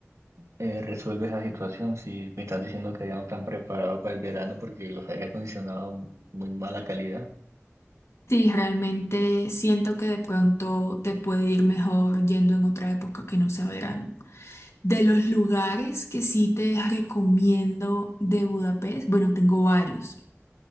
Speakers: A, on the right (about 75°); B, on the left (about 65°).
A: eh, resuelve esa situación. Si me estás diciendo que ya no están preparados para el verano porque los aire acondicionados muy mala calidad.
B: Sí, realmente siento que de pronto te puede ir mejor yendo en otra época que no sea verano. De los lugares que sí te recomiendo de Budapest, bueno, tengo varios